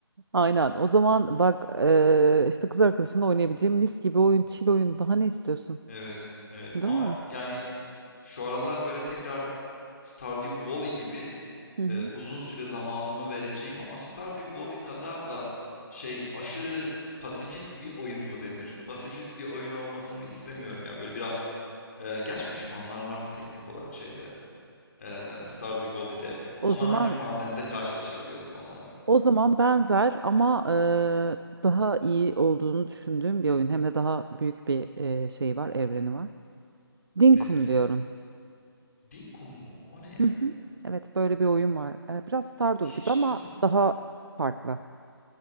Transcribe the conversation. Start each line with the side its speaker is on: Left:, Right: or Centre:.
Right: Aynen. O zaman bak eee, işte kız arkadaşınla oynayabileceğim mis gibi oyun, chill oyun. Daha ne istiyorsun?
Left: Evet, evet
Right: Değil
Left: ama
Right: mi?
Left: yani şu aralar böyle tekrar Stardew Valley gibi
Right: Hı hı.
Left: e, uzun süre zamanımı vereceğim ama Stardew Valley kadar da şey aşırı pasifist bir oyun mu denir? Pasifist bir oyun olmasını istemiyorum ya. Böyle biraz Eee, gerçi düşmanlar vardı teknik olarak şeyde, eee, Stardew Valley'de
Right: O
Left: ama
Right: zaman
Left: ancak madende karşılaşabiliyorduk onlarla.
Right: o zaman benzer ama eee, daha iyi olduğunu düşündüğüm bir oyun. Hem de daha büyük bir eee, şey var, evreni var. Dinkum
Left: Nedir?
Right: diyorum.
Left: Dinkum mu? O ne ya?
Right: Hı hı. Evet, böyle bir oyun var. Eee, biraz Stardew
Left: Hiç
Right: gibi ama
Left: duymadım.
Right: daha farklı.